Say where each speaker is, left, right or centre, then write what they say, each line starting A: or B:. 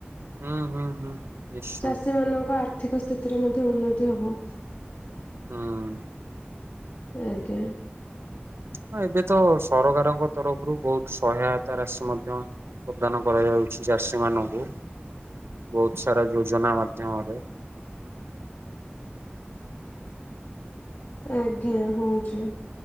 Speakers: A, on the right; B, on the left.
A: ହୁଁ ହୁଁ। ନିଶ୍ଚୟ
B: ଚାଷୀମାନଙ୍କ ଆର୍ଥିକ ସ୍ଥିତିରେ ମଧ୍ୟ ଉନ୍ନତି ହବ।
A: ହୁଁ।
B: ଆଜ୍ଞା।
A: ହ ଏବେ ତ ସରକାରଙ୍କ ତରଫରୁ ବହୁତ୍ ସହାୟତା ରାଶି ମଧ୍ୟ ପ୍ରଦାନ କରାଯାଉଛି ଚାଷୀ ମାନଙ୍କୁ। ବହୁତ୍ ସାରା ଯୋଜନା ମାଧ୍ୟମରେ
B: <unintelligible> ଆଜ୍ଞା ହଉଛି।